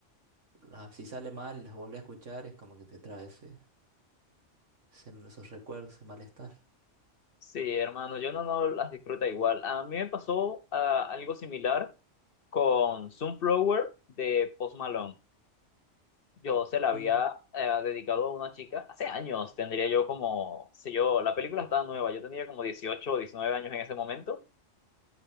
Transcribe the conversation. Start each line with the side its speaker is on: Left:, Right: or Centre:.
Right: las- si sale mal y las vuelves a escuchar, es como que te trae ese- ese- esos recuerdos, ese malestar.
Left: Sí, hermano, yo no, no las disfruta igual. A mí me pasó ah, algo similar con Sunflower de Post Malone. Yo se la había
Right: Mm,
Left: eh, dedicado a una chica hace años, tendría yo como, sé yo, la película estaba nueva, yo tenía como 18 o 19 años en ese momento